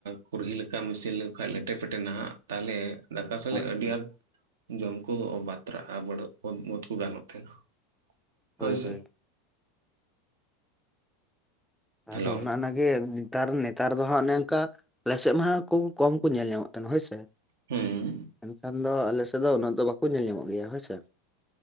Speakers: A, on the right; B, in the centre.
A: ᱠᱩᱨᱦᱤ ᱞᱮᱠᱟᱢ ᱤᱥᱤᱱ ᱞᱮ ᱠᱷᱟᱭ ᱞᱮᱴᱮ ᱯᱮᱴᱮ ᱱᱟᱦᱟᱸᱜ ᱛᱟᱦᱞᱮ ᱫᱟᱠᱟ ᱥᱮᱞᱮᱜ
B: ᱦᱳᱭ
A: ᱟᱹᱰᱤ
B: ᱦᱳᱭ
A: ᱟᱸᱴ ᱡᱚᱢ ᱠᱚ ᱵᱟᱛᱨᱟᱜ-ᱟ ᱵᱟᱹᱲᱟᱹᱜ ᱢᱚᱛ ᱠᱚ ᱜᱟᱱᱚᱜ ᱛᱟᱦᱮᱱᱟ
B: ᱦᱳᱭ
A: ᱦᱳᱭᱥᱮ
B: ᱦᱳᱭ ᱟᱫᱚ
A: ᱦᱮᱞᱳ
B: ᱚᱱᱟ ᱟᱱᱟ ᱜᱮ ᱱᱮᱛᱟᱨ ᱱᱮᱛᱟᱨ ᱫᱚ ᱦᱟᱸᱜ ᱚᱱᱮ ᱚᱝᱠᱟ ᱟᱞᱮᱥᱮᱫ ᱢᱟ ᱦᱟᱜ ᱠᱷᱩᱵ ᱠᱚᱢ ᱠᱚ ᱧᱮᱞ ᱧᱟᱢᱚᱜ ᱛᱟᱦᱮᱱᱟ ᱦᱳᱭᱥᱮ᱾
A: ᱦᱩᱸ
B: ᱮᱱᱠᱷᱟᱱ ᱫᱚ ᱟᱞᱮ ᱥᱮᱫ ᱫᱚ ᱩᱱᱟᱹᱜ ᱫᱚ ᱵᱟᱠᱚ ᱧᱮᱞ ᱧᱟᱢᱚᱜ ᱜᱮᱭᱟ ᱦᱳᱭᱥᱮ,